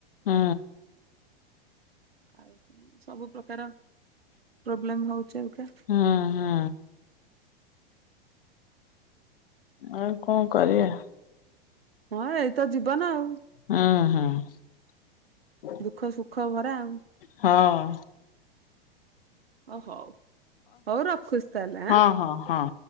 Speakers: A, on the left (about 65°); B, on the right (about 80°).
A: ହୁଁ।
B: ଆଉ ସବୁ ପ୍ରକାର ପ୍ରୋବ୍ଲେମ୍ ହଉଛି ଅଇଖା।
A: ହୁଁ-ହୁଁ ଆଉ କଁ କରିଆ?
B: ହଁ ଏଇତ ଜୀବନ ଆଉ।
A: ଉଁ ହୁଁ।
B: ଦୁଃଖ ସୁଖ ଭରା ଆଉ।
A: ହଁ।
B: ଓ ହଉ ହଉ ରଖୁଛି ତା ହେଲେ
A: ହଁ
B: ଆଁ।
A: ହଁ ହଁ